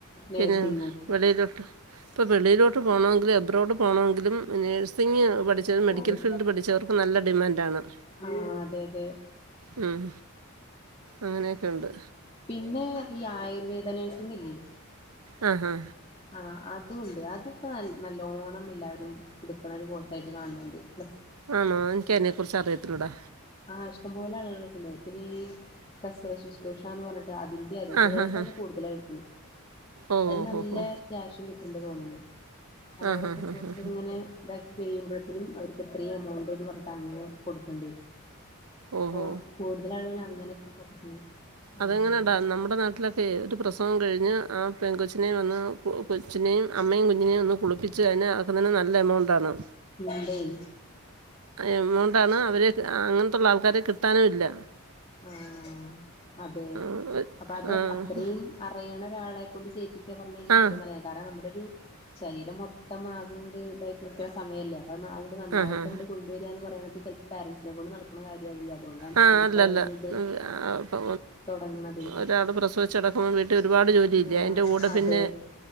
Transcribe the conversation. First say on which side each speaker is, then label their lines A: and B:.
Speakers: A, on the right; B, on the left.
A: പിന്നെ
B: നേഴ്സിങ്ങും
A: വെളിയിലോട്ട് ഇപ്പ വെളിയിലോട്ട് പോകണമെങ്കിൽ അബ്രോഡ് പോണമെങ്കിലും നേഴ്സിംഗങ് പഠിച്ച മെഡിക്കൽ
B: അതെ
A: ഫീൽഡ് പഠിച്ചവർക്ക നല്ല ഡിമാൻ്ണ്
B: ആ അതെ അതെ
A: ഉം അങ്ങനെയൊക്കെ ഉണ്ട്
B: പിന്നെ ഈ ആയുർവേദ നഴ്സിംഗ് ഇല്ലേ
A: ആ ആ
B: ആ അതും ഉണ്ട് അതിപ്പോ നല്ലോണം എല്ലാവരും എടുക്കണ ഒരു കോഴ്സ് ആയിട്ട് കാണുന്നുണ്ട് പ്ലസ്സ്
A: ആണോ എനക്ക് അതിനെ കുറിച്ച് അറിയത്തില്ലടാ
B: ആഹ് ഇഷ്ടം പോലെ ആളുകൾക്കുണ്ട് പിന്നെ ഈ പ്രസവ ശുശ്രൂഷ എന്ന് പറഞ്ഞിട്ട് അതിന്റെ അതെ
A: ആഹാ
B: ഗേൾസ്
A: ഹാ
B: ആണ് കൂടുതലായി എടുക്കണെ
A: ഓ
B: അ നല്ല
A: ഹോ ഹോ
B: ക്യാഷും കിട്ടുണ്ട് തോന്നുന്നു
A: ആഹാ
B: ഓരോ പ്രസവത്തിന്
A: ഹാ ഹാ
B: ഇങ്ങനെ ഇതാക്കി കഴിയുമ്പോത്തെനും അവർക്ക് ഇത്രയും എമൗണ്ട് എന്ന് പറഞ്ഞിട്ട് അങ്ങനെ കൊടുക്കണ്ടേ അപ്പൊ
A: ഓഹോ
B: കൂടുതൽ ആളുകൾ അങ്ങനൊക്കെ ഫോക്കസ് ചെയ്യണം ആഹ്
A: അതങ്ങനെയണ്ടാ നമ്മുടെ നാട്ടിലൊക്കെ ഒരു പ്രസവം കഴിഞ്ഞ് ആ പെൺ കൊച്ചിനെയെ വന്ന് കൊച്ചിനെയും അമ്മയും കുഞ്ഞിനെയും ഒന്ന് കുളിപ്പിച്ചു ച്ച്കഴിഞ്ഞ ആക്കുന്നതിന് നല്ല എമൗണ്ടാണ്
B: ഉണ്ടേ
A: എമൗണ്ടാണ് അവര് അങ്ങനത്തുള്ള ആൾക്കാരെ കിട്ടാനുമില്ല
B: ആ അതെ
A: ആ
B: അപ്പൊ അത്
A: ആ
B: അത്രയും അറിയണ ഒരാളെ കൊണ്ട് ചെയ്യിപ്പിക്കുക പറഞ്ഞ് കഴിഞ്ഞാൽ അത്രയും
A: ആ
B: നല്ലതാ കാരണം നമ്മുടെ ഒരു ശരീരം മൊത്തെമൊരു മൊത്തം ആ ഇതട്ട് ഇരിക്കണ സമയമല്ലേ അപ്പൊ അ നന്നായിട്ട്
A: ആഹാ
B: അങ്ങട്ട് കൊണ്ടുവരികയന്ന് പറയ പേൻറ്സിനെ കൊണ്ട് നടക്കണ കാര്യമാവില്ല അുകൊണ്ടാണ് ഇപ്പോ
A: ആഹ്
B: അങ്ങനത്തെ
A: അല്ലല്ല
B: ഒരു ഇത്
A: അപ്പ
B: തുടങ്ങണതേ
A: ഒരാൾ പ്രസവിച്ച് കിടക്കുമ്പോൾ വീട്ടിൽ ഒരുപാട് ഒരുപാട് ജോലി ഇല്ല
B: ആഹ്
A: അതിന്റെ കൂടെ
B: അതെ
A: പിന്നെ